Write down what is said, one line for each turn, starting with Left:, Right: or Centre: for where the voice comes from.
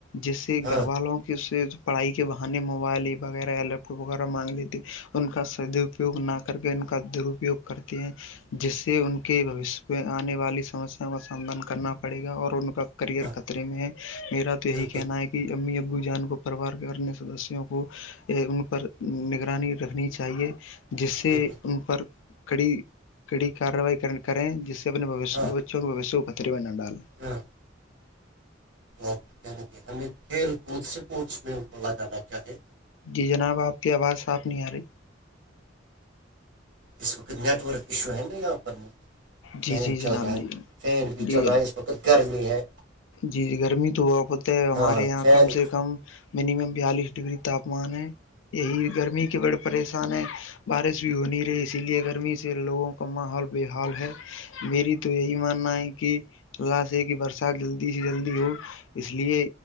Left: جس سے
Right: ہاں
Left: گھر والوں کے سے پڑھائی کے بہانے موبائل وغیرہ یا لیپٹاپ وغیرہ مانگ لیتے ان کا س اپیوگ نہ کر کے ان کا درپیوگ کرتے ہیں جس سے ان کے بوشیہ میں آنے والی سمسیاؤں کا سمادھان کرنا پڑے گا اور ان کا کریئر
Right: ہاں
Left: خطرے میں ہے میرا تو یہی
Right: بالکل
Left: کہنا ہے کہ امی ابو جان کو پرریوار کے انیہ سدسیوں کو ان پر نگرانی رکھنی چاہیے جس سے
Right: بالکل
Left: ان پر کڑی کڑی کاروائی کریں جس سے اپنے بچوں
Right: ہاں
Left: کے بشیہ کو پتری میں نہ ڈالیں
Right: ہاں آپ کیا کہ ہمیں کھیل کود سے اسپٹس میں بلا جانا چاہیے
Left: جی جناب آپ کی آواز صاف نہیں آ رہی
Right: اس وقت نیٹورک ایشو ہے نا یہاں پر
Left: جی
Right: فین
Left: جی جناب
Right: چل رہا ہے
Left: جی جناب
Right: فین بھی
Left: جی
Right: چل رہا
Left: جناب
Right: ہے بہت گرمی ہے
Left: جی گرمی تو بہت ہے ہمارے
Right: ہاں
Left: یہاں
Right: فین
Left: کم سے کم منیمم بیالیس ڈگری تاپمان ہے یہی گرمی کے بڑے پریشان ہیں بارش بھی ہو رہی اسی لیے گرمی سے لوگوں کا ماحول بےحال ہے میری تو یہی ماننا ہے کہ اللہ سے کی برسات جلدی سے جلدی ہو اس لیے